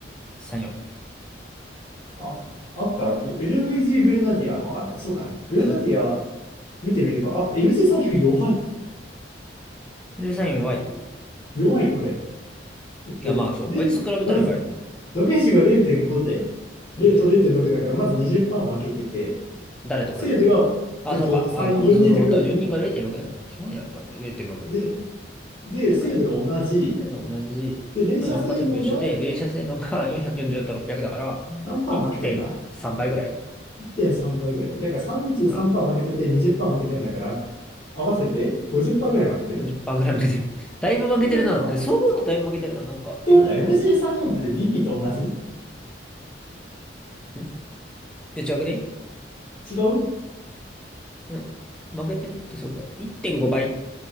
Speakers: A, in the centre; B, on the left (about 30°).
A: 34。
B: あ、あった。グ LVG グレナディアもあるね。そうだね。グレナディア
A: うん。
B: 見てみるか。あ、MG 財布弱い。
A: で、34弱い
B: 弱い、これ。だって、
A: いや、まあそう。
B: で、
A: こいつと比べたら弱いな。
B: まず、ダメージが0.5で、
A: こで、
B: 0と0.6だから、まず20%
A: まあ、
B: 負けてて、
A: 誰と比べてあ、
B: 精度が、えっと、
A: そうか。
B: 3、
A: あの、
B: 4にと比べてね。
A: そうそう。本当は4人が0.6なんだもん。基本やっぱ0.6。
B: で、で、
A: ってか、
B: 精度が同じ。
A: で、同じ、
B: で、連射性能が
A: まあ、他全部一緒で、冷車性能が <laughs> 440と600だから、
B: 何パー負けてんだ
A: 1.3倍ぐらい
B: ?1.3 倍ぐらい。だから33%
A: かな。ま
B: 負けてて20%負けてんだから、合わせて50%ぐらい負けてる。
A: あ1ぐらい負けてる。<laughs> だいぶ負けてるな。
B: ってことは、
A: えそう思うとだいぶ負けてるな。
B: あ、っ
A: なんか、
B: てことは
A: あんまり。
B: MG34 って DP と同じ
A: んえ、違くね
B: 違う
A: ん負けてるってそうか。1.5倍。